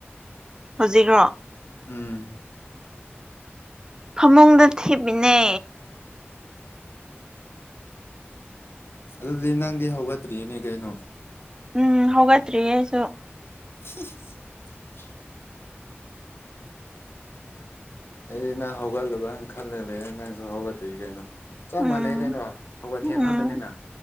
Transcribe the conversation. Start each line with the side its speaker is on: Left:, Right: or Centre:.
Right: ꯍꯧꯖꯤꯛꯈ꯭ꯔꯣ
Left: ꯎꯝ
Right: ꯐꯃꯨꯡꯗ ꯊꯤꯃꯤꯅꯦ
Left: ꯑꯗꯨꯗꯤ ꯅꯪꯗꯤ ꯍꯧꯒꯠꯇ꯭ꯔꯤꯅꯦ ꯀꯩꯅꯣ
Right: ꯎꯝ ꯍꯒꯇ꯭ꯔꯤ ꯑꯩꯁꯨ
Left: <unintelligible> ꯑꯩꯗꯤ ꯅꯍ ꯍꯧꯒꯠꯂꯨꯕꯅ ꯈꯜꯂꯂ ꯅꯪꯁꯨ ꯍꯧꯒꯠꯠꯇꯣꯏꯏ ꯀꯩꯅꯣ ꯆꯞ
Right: ꯎꯝ
Left: ꯃꯥꯟꯅꯩ ꯀꯩꯅꯣ ꯍꯧꯒꯠ
Right: ꯎꯝ
Left: ꯊꯦꯡ ꯉꯥꯛꯇꯅꯤꯅ